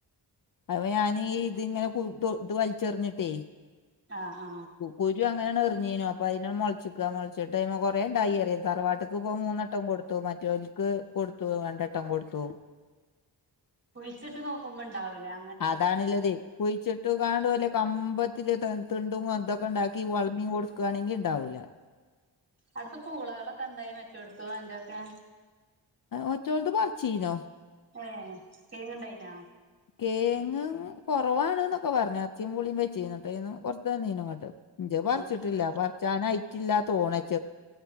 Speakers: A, on the left; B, on the right.
A: അത് പ്പ ഞാനീ ഇതി ങ്ങനെ കുരു ഇത് വലിച്ചെറിഞ്ഞിട്ടേ
B: ആ ആ
A: കുരു അങ്ങനൊണ് എറിഞ്ഞീനു അപ്പ അയിന മൊൾച്ചിക്ക മുളിച്ചിട്ടയ്മെ കൊറേണ്ടായി അറിയാ തറവാട്ട്ക്ക് പ്പോ മൂന്ന ട്ടം കൊടുത്തു മറ്റോൽക്ക് കൊടുത്തു രണ്ടട്ടം കൊടുത്തു
B: കുയിച്ചിട്ട് നോക്കുമ്പോ ണ്ടാവൂലാ
A: അതാണല്ലത് കുഴിച്ചി ഇട്ട കാണ്ട് വല്ല കമ്പത്തില് തിണ്ടും അതൊക്കെ ഉണ്ടാക്കി വളമി കൊടുക്കുയാണെങ്കി ഉണ്ടാവൂല.
B: അവ്ട്ത്ത പൂളകളൊക്കെ എന്തായി മറ്റൊടുത്തും അന്റൊക്കെ?
A: ഒറ്റോൽത് പറിച്ചീനോ?
B: ഏ കേങ്ങ്ണ്ടെയ് നാ?
A: കേയ്ങ്ങ് കൊറവാണ് ന്നൊക്കെ പറഞ്ഞ്. അർച്ചും പൂളീം വെചീനി. ഇങ്ങട്ട് അയ്‌ന്നു കൊറച്ച് തന്നീനു ഇങ്ങോട്ട്. ഇന്റത് പർച്ച്ട്ട്
B: അത് ശരി
A: ല്യ പറച്ചാനയിറ്റില്ല തോണ്-